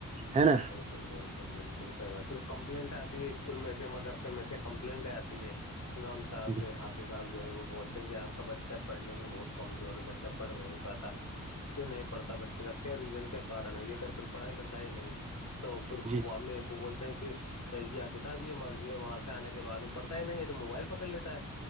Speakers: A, on the right (about 20°); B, on the left (about 55°).
A: ہے نا
B: بال بالکل بالکل صاحب صر کمپلینٹ آتی ہے اسکول میں سے مدرسے میں سے کمپلینٹ آتی ہے ہے امام صاحب
A: جی
B: جو حافظ آب جو ہے وہ بولتے ہیں کہ آپ کا بچہ پڑھنے میں بہت کمزور ہے بچہ پڑھ نہیں پاتا کیوں نہیں پڑتا بچے کا کیا ریزن کیا کارن یہ گھر پ پڑھائی کرتا ہے ہی نہیں تو پھر
A: جی
B: امی ابو بولتے ہیں کہ <unintelligible> یہ آپ صاحب یہ مسضی ہے وہاں سے آنے کے بعد میں پڑتا ہے نہیں یہ تو موبائل پکڑ لیتا ہے